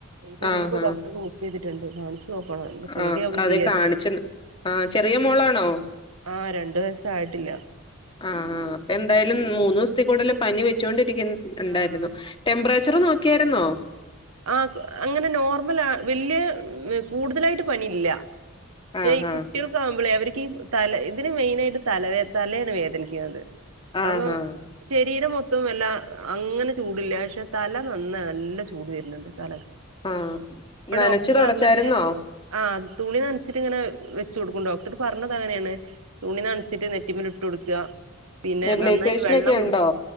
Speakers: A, on the right; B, on the left.
A: ഇത് ഇന്ന്‌
B: ആഹ്
A: ഇപ്പൊ
B: ആഹ്
A: ഡോക്ടറ് <unintelligible> <unintelligible> നോക്കണം ഇത് പേടിയാവും
B: ആഹ് അതെ
A: ചെയ്യാച്ച
B: കാണിച്ച് ആഹ് ചെറിയ മോളാണോ
A: ആ രണ്ട് കൊറെ ദിവസയിട്ടില്ല
B: ആ ആ അപ്പൊ എന്തായാലും മൂന്ന് ദിവസത്തേ കൂടുതൽ പനി വെച്ചോണ്ടി <unintelligible> ഉണ്ടായിരുന്നു
A: ആഹ്
B: ടെമ്പറേച്ചർ നോക്കിയായിരുന്നോ
A: ആ അങ്ങനെ നോർമല വല്യ കൂടുതലായിട്ട് പനിയില്ല ശേ
B: ആഹ് ആഹ്
A: കുട്ടികൾക്ക ആകുമ്പോളേ അവർ ഇ തല ഇതിന് മെയിന ആായിട്ട് തല തലയാണ് വേദനിക്കുന്നത്
B: ആഹ്
A: അപ്പൊ
B: ആഹ്
A: ശരീരം മൊ വല്ല അങ്ങനെ ചൂടില്ല പക്ഷെ തല നന്ന നല്ല ചൂട് വര ണ്ട് തല
B: ആഹ നനച്ചു
A: ഡോക്ടർ
B: തുടച്ചായിരുന്നോ
A: പറഞ്ഞത് ആ തുണി നനച്ചിട്ടിങ്ങനെ വെച്ചു കൊടുക്കും ഡോക്ടർ പറഞ്ഞത് അങ്ങനെയാണ് തുണി നണച്ചിട്ട് നെിമ്പ ഇട്ട് കൊടുക്ക പിന്നെ
B: നെബുലൈസേഷനൊക്കെ
A: നന്നായിട്ട് വെള്ളം കൊടു
B: ഉണ്ടോ